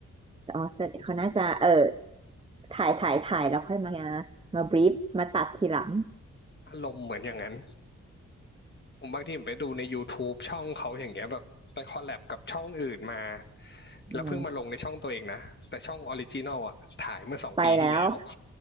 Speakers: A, on the right (about 20°); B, on the left (about 35°).
A: อ๋อเสดงเขา น่าจะเออถ่ายถ่ายถ่ายแล้วค่อยมามาบรีฟมาตัดทีหลัง
B: อารมณ์เหมือนอย่างนั้นผมบางทีผมไปดูใน YouTube ช่องเขาอย่างเงี้ยแบบไปคอลแลบกับช่องอื่นมา
A: อืม
B: แล้วเพิ่งมาลงในช่องตัวเองนะแต่ช่องออริจินอลอะถ่ายเมื่อสองปีที่แล้ว
A: ไปแล้ว